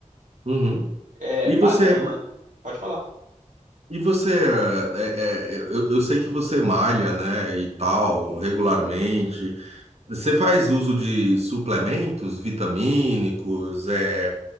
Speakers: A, on the right; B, on the right.
A: Uhum.
B: É,
A: E
B: banana.
A: você,
B: Pode falar.
A: e você, é, é, é, eu, eu sei que você malha, né, e tal, regularmente. Você faz uso de suplementos vitamínicos, é,